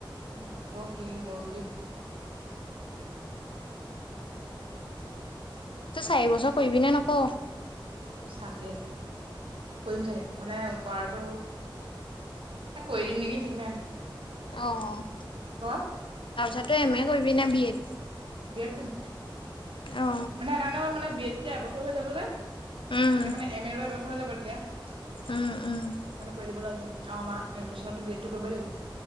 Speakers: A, on the right (about 80°); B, on the left (about 70°).
A: উম, ৰূপক সি অৰুণদ্বীপ অ তিনিটা একেলগতে কৰি আছে
B: তই চাৰি বছৰ কৰিবিনে নকও
A: কৰিম চাগে কৰিম চাগে মানে কৰাটো এই কৰি দিম নেকি ঠিক নাই
B: অ তাৰপিছতে
A: ক
B: এম এ কৰিবি নে বি এড
A: বি এড কৰিম
B: অ
A: মানে এ মানে বি এডটো এবছৰ হৈ যাব যে তেতিয়া
B: উম
A: মানে এম এ ৰ এবছৰ হৈ যাব তেতিয়া সেইকাৰণে
B: উম উম
A: কৰি দিব লছোঁ আৰু আমাৰ এডুকেশ্যনতো বি এডটো কৰিবই লাগিব